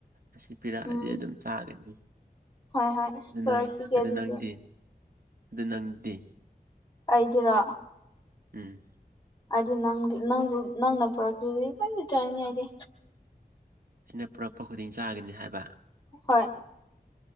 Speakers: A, on the right; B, on the left.
A: ꯑꯁꯤ ꯄꯤꯔꯛꯑꯗꯤ
B: ꯎꯝ
A: ꯑꯗꯨꯝ ꯆꯥꯒꯅꯤ
B: ꯍꯣꯏ ꯍꯣꯏ
A: ꯑꯗꯨ
B: ꯄꯨꯔꯛꯄꯤꯒꯦ
A: ꯅꯪ ꯑꯗꯨ
B: ꯑꯗꯨꯗꯤ
A: ꯅꯪꯗꯤ ꯑꯗꯨ ꯅꯪꯗꯤ
B: ꯑꯩꯗꯤꯔꯣ
A: ꯎꯝ
B: ꯑꯩꯗꯤ ꯅꯪꯒꯤ ꯅꯪꯕꯨ ꯅꯪꯅ ꯄꯨꯔꯛꯈꯤꯕꯗꯤ ꯂꯣꯏꯅ ꯆꯥꯅꯤꯡꯉꯦ ꯑꯩꯗꯤ
A: ꯁꯤꯅ ꯄꯨꯔꯛꯄ ꯈꯨꯗꯤꯡ ꯆꯥꯒꯅꯤ ꯍꯥꯏꯕ
B: ꯍꯣꯏ